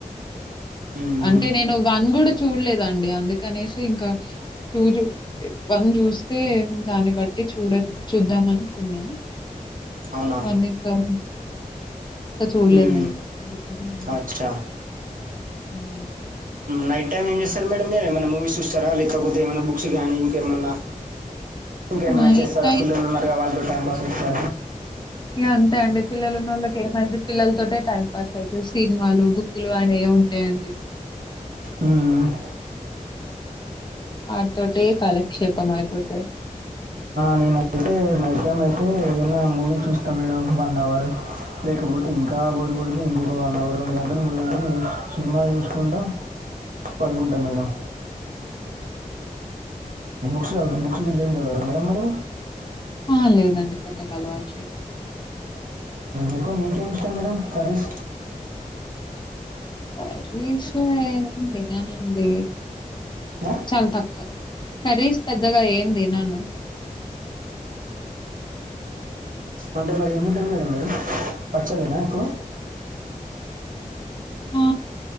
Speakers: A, on the right (about 70°); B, on the left (about 30°).
A: హుహు.
B: అంటే నేను వన్ కూడా చూడలేదండి అందుకనేసి ఇంకా టూ చూ వన్ చూస్తే దాన్ని బట్టి చూడ చూద్దాం అనుకున్నా
A: అవునా?
B: వనకం ఇంకా చూడలేదు
A: హ్మ్.
B: నేను ఎందుకని
A: అచ్చా!
B: మ్
A: నైట్ టైమ్ ఏం చేస్తారు మేడం మీరు ఏమైనా మూవీస్ చూస్తారా లేకపోతే ఏమైనా బుక్స్ కానీ ఇంకేమన్నా ఇంకమైనా
B: నైట్
A: చేస్తారా
B: టైమ్
A: పిల్లలున్నారుగా వాళ్ళతో టైం పాస్ సా
B: ఇక అంతే అండి పిల్లలున్న వాళ్ళకి ఏమైంది పిల్లల తోటే టైం పాస్ అవుతుంది. సినిమాలు, బుక్కులు అని ఏముంటాయండి
A: మ్మ్
B: ఆతోటె కాలక్షేపం అయిపోతది
A: నేనయితే నైట్ టైం అయితే ఏదనా మూవీ చూస్తాను మేడం వన్ అవర్ లేకపోతే ఇంకా బోర్ కొడితే ఇంకొక వన్ అవర్, రెండు గంటలు, మూడు గంటలు సినిమా చూసుకుంట పడుకుంటా మేడం <inaudible>
B: ఆ లేదండి పెద్దగా అలవాటు స
A: ఎక్కువ మీకేమి ఇష్టం మేడం కర్రీస్
B: కర్రీసు ఏం తిననండి
A: ఆ!
B: చాలా తక్కువ. కర్రీస్ పెద్దగా ఏం తినను
A: అంటే మరి ఏం తింటారు మేడం మీరు పచ్చడేనా ఎక్కువ
B: ఆ